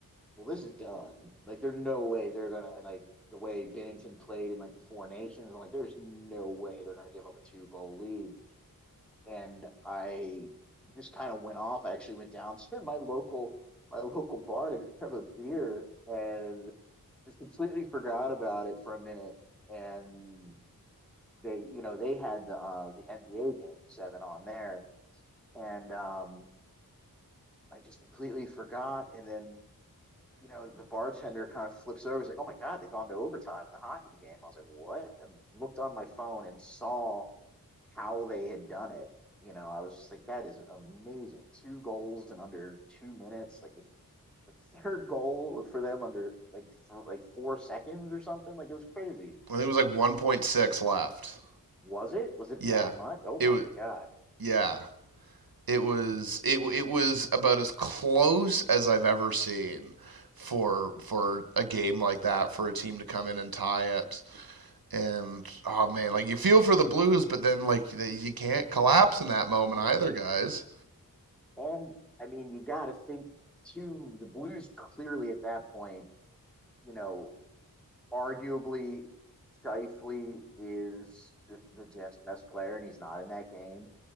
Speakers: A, in the centre; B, on the right (about 70°).
A: well, this is done. Like, there's no way they're going to, like, the way Bennington played in like the Four Nations, I'm like, there's no way they're going to give up a two goal lead and I just kind of went off. I actually went downstairs to my local my local bar to grab a beer and just completely forgot about it for a minute. And they, you know, they had the uh, the NBA game seven on there, and um, I just completely forgot. And then you know the bartender kind of flips over. He's like, "Oh my God, they've gone to overtime in the hockey game." I was like, "What?" And looked on my phone and saw how they had done it. You know, I was just like, that is amazing. Two goals in under two minutes. Like this, the third goal for them under like th- like four seconds or something. Like it was crazy.
B: I think it was like 1.6 left.
A: Was it? Was it
B: Yeah.
A: that much? Oh my
B: It was
A: god!
B: yeah. It was it it was about as close as I've ever seen for for a game like that for a team to come in and tie it. And oh man, like you feel for the Blues, but then like you can't collapse in that moment either, guys.
A: And I mean, you got to think too. The Blues clearly at that point, you know, arguably Shifley is the, the Jets best player, and he's not in that game.